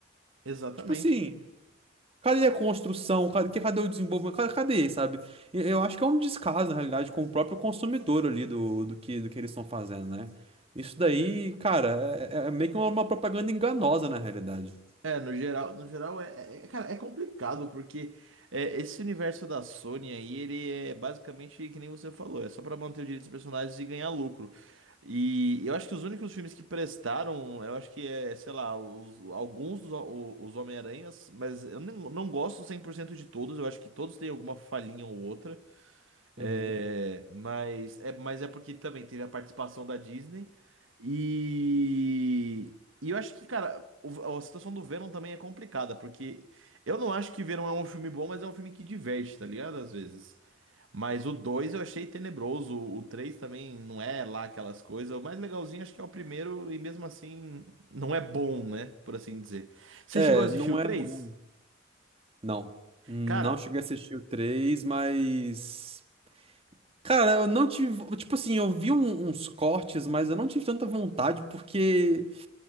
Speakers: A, on the right (about 80°); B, on the right (about 30°).
A: exatamente.
B: Tipo assim. Cadê a construção? Cadê, cadê o desenvolvimento? Cadê, cadê, sabe? E- Eu acho que é um descaso, na realidade, com o próprio consumidor ali do, do que, do que eles estão fazendo, né? Isso daí, cara, é, é é meio que uma, uma propaganda enganosa, na realidade.
A: É, no geral, no geral é, é- é, cara, é complicado porque é, esse universo da Sony aí, ele é basicamente que nem você falou, é só pra manter o direito dos personagens e ganhar lucro. E eu acho que os únicos filmes que prestaram, eu acho que é, sei lá, os- alguns dos o- os Homem-Aranhas, mas eu não, não gosto 100% de todos, eu acho que todos têm alguma falhinha ou outra. É,
B: Uhum.
A: mas, é, mas é porque também teve a participação da Disney. E, e eu acho que, cara, o- a situação do Venom também é complicada, porque eu não acho que Venom é um filme bom, mas é um filme que diverte, tá ligado? Às vezes. Mas o 2 eu achei tenebroso, o 3 também não é lá aquelas coisas. O mais legalzinho acho que é o primeiro, e mesmo assim não é bom, né? Por assim dizer. Você
B: É,
A: chegou a assistir
B: não
A: o 3?
B: é bom. Não. Não
A: Cara.
B: cheguei a assistir o 3, mas. Cara, eu não tive. Tipo assim, eu vi um- uns cortes, mas eu não tive tanta vontade, porque.